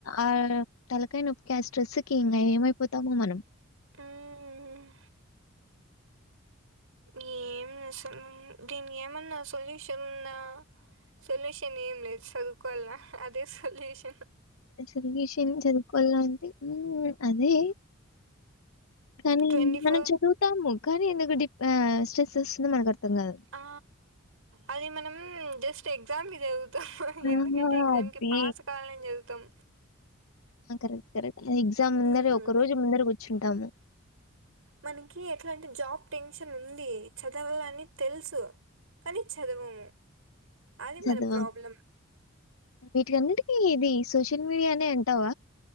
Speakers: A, on the left (about 80°); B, on the right (about 75°).
A: ఆ తలకాయ నొప్పికి ఆ స్ట్రెస్ కి ఇంకా ఏమైపోతామో మనం
B: ఉహ్ ఈ ఏం అసల దీనికి ఏమన్నా సొల్యూషన్ ఉంద సొల్యూషన్ ఏం లేదు చదుకోవాల్న అదే సొల్యూషన్
A: సొల్యూషన్ చదువుకోల అంటే అదే కానీ
B: ట్వంటీ ఫోర్
A: మనం చదువుతాము కానీ ఎందుకు డిప్ ఆ స్ట్రెస్ మనకర్థం కాదు.
B: ఆ అది మనం జస్ట్ ఎగ్జామ్కి చదువుతు
A: ఆహా!
B: ఎందుకంటే ఎగ్జామ్కి
A: అది.
B: పాస్ కావాలని చదువుతాం
A: కరెక్ట్ కరెక్ట్ ఎగ్జామ్
B: మ్మ్.
A: ముందర ఒక రోజు ముందర కూర్చుంటాము
B: మనకి ఎట్లా అంటే జాబ్ టెన్షన్ ఉంది చదవాలని తెలుసు కానీ చదవము అది
A: చదువు
B: మన ప్రాబ్లం
A: వీట్ కొన్నిటికి ఇది సోషల్ మీడియానే అంటావ